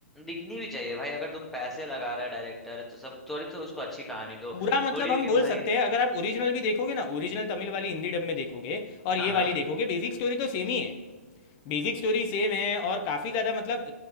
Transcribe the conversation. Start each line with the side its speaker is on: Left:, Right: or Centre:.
Centre: दिखनी भी चाहिए भाई अगर तुम पैसे लगा रहे डायरेक्टर तो सब थोड़ी तो उसको अच्छी कहानी दो
Left: पूरा मतलब
Centre: थोड़ी है
Left: हम
Centre: कि
Left: बोल
Centre: भाई
Left: सकते हैं अगर आप ओरिजिनल भी देखोगे ना ओरिजिनल तमिल वाली हिंदी डब में देखोगे और ये
Centre: हाँ हाँ
Left: वाली देखोगे बेसिक स्टोरी तो सेम ही है बेसिक स्टोरी सेम है और काफ़ी ज़्यादा मतलब